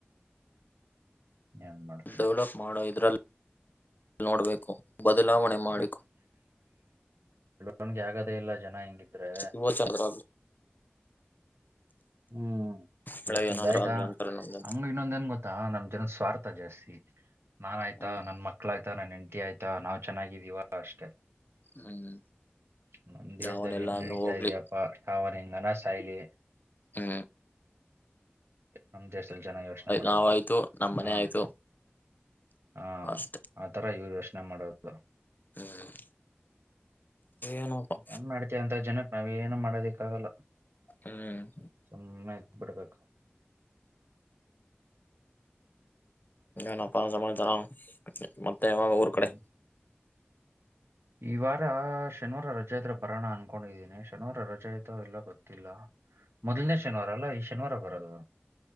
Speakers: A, on the right; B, on the left.
A: ಏನ್ ಮಾಡ್ತೀಯ
B: ಡೆವಲಪ್ ಮಾಡೋ ಇದ್ರಲ್ಲಿ <inaudible> ನೋಡ್ಬೇಕು.
A: <unintelligible>
B: ಬದಲಾವಣೆ ಮಾಡಿ
A: ನನ್ಗೆ ಆಗದ ಇಲ್ಲ. ಜನ ಹಂಗಿದ್ರೆ
B: ಯುವಜನರ
A: ಹ್ಮ್
B: ಬೆಳೆ
A: ಇವತ್ತಿಂದ
B: ಏನಾದ್ರು
A: ಆಯ್ತಾ
B: ಆಗ್ಲಿ ಅಂತಾರೆ ನಮ್ದು
A: ಹಂಗ ಇನ್ನೊಂದೇನ್ ಗೊತ್ತಾ ನಮ್ ಜನ ಸ್ವಾರ್ ಜಾಸ್ತಿ ನಾನ್ ಆಯ್ತಾ
B: ಹ್ಮ್
A: ನನ್ ಮಕ್ಳಾಯ್ತ. ಎಟ ಆಯ. <unintelligible> ನಾವ್ ಚೆನ್ನಾಗಿದ್ದೀವಾ ಅಷ್ಟೇ.
B: ಹ್ಮ್
A: ನಮ್ ದೇಶದಲ್ಲಿ
B: ಯಾವನೆಲ್ಲ
A: ಏನ್
B: ಅನ್ನು
A: ನಡೀತಾ
B: ಹೋಗ್ಲಿ
A: ಇದೆ ಅಪ್ಪ. ಅವನ ಹೆಂಗನ ಸಾಯ್ಲಿ
B: ಹೂ
A: ನಮ ದೇಶದಲ್ಲಿ ಜನ ಯೋಚನೆ ಮಾಡದು
B: ನಾವಾಯ್ತು ನಮ್ ಮನೆ
A: ಹಾ
B: ಆಯ್ತು
A: ಹಾ
B: ಅಷ್ಟೆ
A: ಆತರ ಇವರ ಯೋಚನೆ ಮಾಡೋದು <unintelligible>
B: ಹ್ಮ್ ಏನಪ್ಪ
A: ಏನ್ ಮಾಡತಿ ಅಂತ ಜನ ನಾವ್ ಏನು ಮಾಡೋದಿಕ್ಕ ಆಗಲ್ಲ
B: ಹ್ಮ್
A: ಸುಮ್ಮ ಬಿಡ್ಬೇಕು
B: ಹನ್ಪ್ಪ ಸಮಮ್ಮತರ <unintelligible> ಮತ್ತೆ ಯಾವಾಗ ಊರ್
A: ಹ್ಮ್.
B: ಕಡೆ
A: ಈ ವಾರ ಶನಿವಾರ ರಜಾಯತ್ರ ಬರೋಣ ಅನ್ಕೊಂಡಿದ್ದೀನಿ ಶನಿವಾರ ರಜಾಯತ ಎಲ್ಲ ಗೊತ್ತಿಲ್ಲ ಮೊದಲ್ನೇ ಶನಿವಾರ ಅಲ್ಲಾ ಈ ಶನಿವಾರ ಬರದು